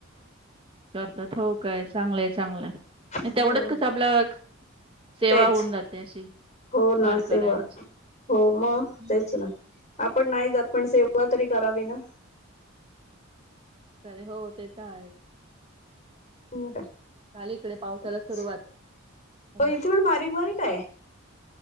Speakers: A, on the right; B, on the left.
A: करतात. हो काय! चांगलंय, चांगलंय,
B: हो
A: तेवढंच कसं आपलं सेवा
B: तेच!
A: होऊन जाते अशी
B: हो
A: वारकऱ्यांची
B: ना सेवा, हो मग
A: हम्म,
B: तेच ना.
A: हम्म.
B: आपण नाही जात पण सेवा तरी करावी ना.
A: अरे हो, ते त आहेच.
B: म काय,
A: झाली इकडे पावसाला
B: काच,
A: सुरुवात मला
B: हो इथं पण बारीक बारीक आहे.